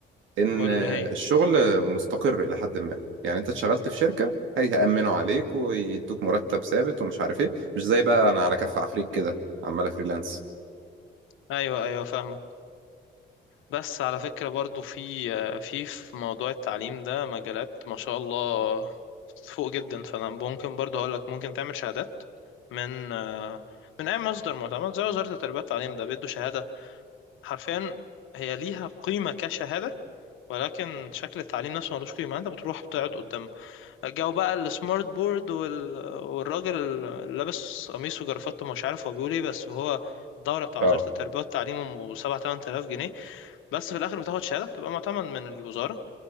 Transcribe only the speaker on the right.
ان
الشغل مستقر الى حد ما يعني انت اتشغلت في شركه هيأمنوا عليك ويدوك مرتب ثابت ومش عارف ايه مش زي بقى انا على كف عفريت كده عمال فريلانس
اه